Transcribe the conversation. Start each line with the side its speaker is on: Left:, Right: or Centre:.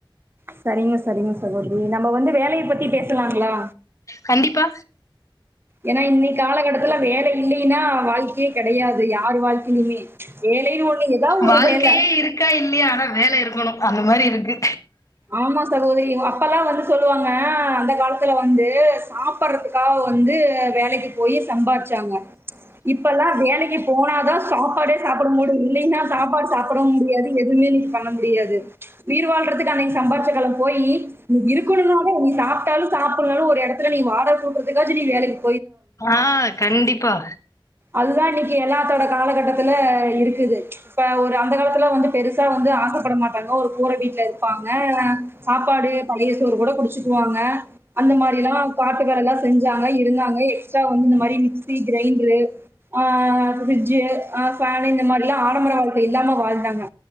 Right: சரிங்க சரிங்க சகோதரி நம்ம வந்து வேலைய பத்தி பேசலாங்களா
Left: கண்டிப்பா
Right: ஏன்னா இன்னிக் காலகட்டத்துல வேலை இல்லினா வாழ் யே கெடையாது யார் வாழ்க்கையிலையுமே வேலைன்னு ஒன்னு ஏதாது ஒரு
Left: வாழ்க்கையே
Right: வேல
Left: இருக்கா இல்லையா ஆனா வேல இருக்கணு அந்த மாரி இருக்கு
Right: ஆமா சகோதரி எங் அப்பல்லா வந்து சொல்லுவாங்க அந்த காலத்துல வந்து சாப்பட்றதுக்காக வந்து வேலைக்கு போய் சம்பார்ச்சாங்க இப்பல்லா வேலைக்கு போனாதா சாப்பாடே சாப்பட முடியு இல்லைன்னா சாப்பாடு சாப்பட முடியாது எதுமே இன்னைக் பண்ண முடியாது உயிர் வாழ்றதுக் அன்னிக்கி சம்பாதிச்ச காலம் போயி நீ இருக்குணுகாக நீ சாப்டாலு சாப்புட்லனாலு ஒரு எடத்துல நீ வாடக குடுக்கறதுக்காச்சி நீ வேலைக்
Left: ஆ கண்டிப்பா
Right: அதுதா இன்னைக்கு எல்லாத்தோட காலகட்டத்துல இருக்குது இப்ப ஒரு அந்த காலத்துலா வந்து பெருசா வந்து ஆசைப்பட மாட்டாங்க ஒரு கூர வீட்ல இருப்பாங்க சாப்பாடு பழய சோறு கூட குடிச்சுக்குவாங்க அந்த மாரிலா காட்டு வேலலா செஞ்சாங்க இருந்தாங்க எக்ஸ்ட்ரா வந்து இந்த மாரி மிக்சி கிரைண்ட்ரு ஆ ஃபிரிட்ஜு ஆ ஃபேனு இந்த மாரிலா ஆடம்பர வாழ்க்கை இல்லாம வாழ்ந்தாங்க